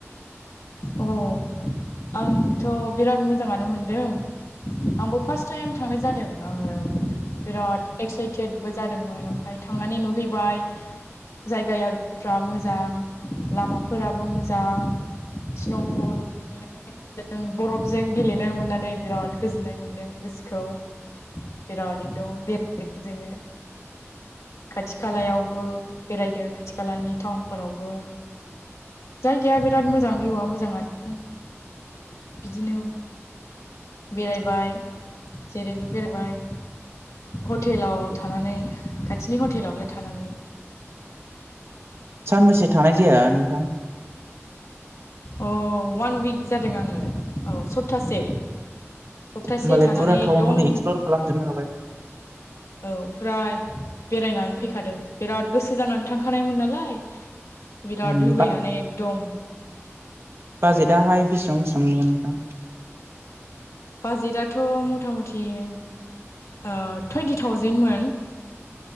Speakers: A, on the left; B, on the right.
A: औ आंथ' बिराद मोजाङानो मोनदों आंबो फार्स्ट टाइम थांनाय जादों आंङो बिराद एक्साइटेडबो जादोंमोन ओमफ्राय थांनानै नुहैबा जायगाफ्रा मोजां लामाफोराबो मोजां स्न'फल गोलैनाय जों बरफजों गेलेनो मोननानै बिराद गोजोननाय मोन्दों गोसोखौ। बिराद एकदम बेरायदों जोङो। खाथि खालायावबो बेरायदों खाथि खालानि टाउनफोरावबो जायगाया बिराद मोजां भिउआ मोजाङानो बिदिनो बेरायबाय जेरैबो बेरायबाय। हटेलाव थानानै खाथिनि हटेलावनो थानानै
B: सानबैसे थानाय जाया नोंथां?
A: औ वान उइक जादों आङो औ सप्तासे। सप्तासे
B: होमबालाय
A: थानानै
B: फुरा
A: एकदम
B: टावांखौनो एक्सप्लर खालामजोबनो हाबाय
A: औ। फ्राय बेरायनानै फैखादों बिराद गोसो जानानै थांखानायमोन नालाय बिराद
B: उम
A: लुुबैनानानै एकदम
B: बाजेटाहाय बिसिबां बिसिबांमोन नोंथां?
A: बाजेटआथ' मथा मथि ओ टुइन्टि थावजेेनमोन।